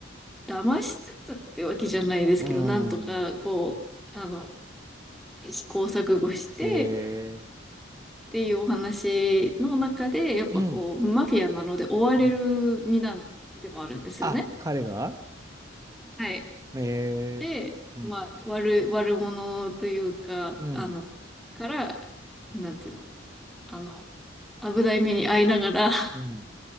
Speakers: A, in the centre; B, on the right.
A: 騙しつつってわけじゃないですけど、
B: うん。
A: なんとか、こう、あの、試行錯誤してっ
B: えー、
A: ていうお話の中で、やっぱこう、
B: うん、
A: マフィアなので追われる身なんでもあるんですよね。
B: うん。あ、彼が
A: はい。
B: えー、
A: で、
B: うん、
A: まあ、悪、悪者というか、
B: うん、
A: あの、から、なんていうの、あの、危ない目に遭いながら、
B: うん。